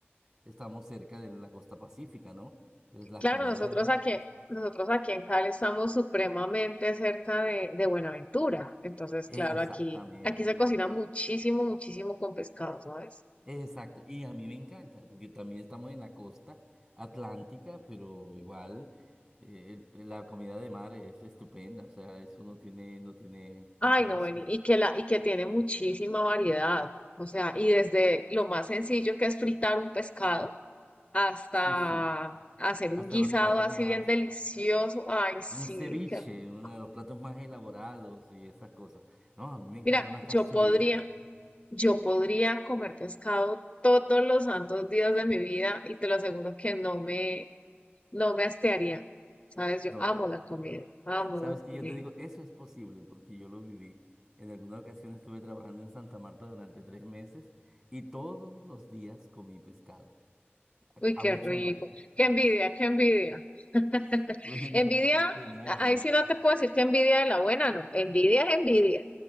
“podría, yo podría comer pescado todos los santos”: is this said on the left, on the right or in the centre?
Left